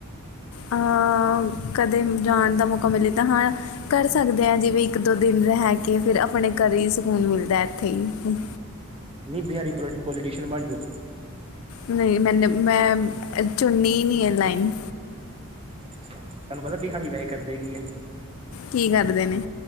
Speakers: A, on the left (about 70°); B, on the right (about 25°).
A: ਹਾਂ ਕਦੇ ਜਾਣ ਦਾ ਮੌਕਾ ਮਿਲੇ ਤਾਂ ਹਾਂ ਕਰ ਸਕਦੇ ਹਾਂ, ਜਿਵੇਂ ਇੱਕ-ਦੋ ਦਿਨ ਰਹਿ ਕੇ ਫਿਰ ਆਪਣੇ ਘਰ ਹੀ ਸਕੂਨ ਮਿਲਦਾ ਇੱਥੇ ਹੀ।
B: ਨੀ ਬਿਹਾਰੀ ਥੋਡੀ ਪੋਲੀਟੀਸ਼ਨਨ ਬਣ ਜਾਓ।
A: ਨਈ, ਮੈਨੂੰ ਮੈਂ ਚੁੰਨੀ ਨੀ ਇਹ ਲਾਈਨ।
B: ਅੱਛਾ, ਤੁਹਾਨੂੰ ਪਤਾ ਬਿਹਾਰੀ ਵੈਸੇ ਕਰਦੇ ਕੀ ਆ?
A: ਕੀ ਕਰਦੇ ਨੇ?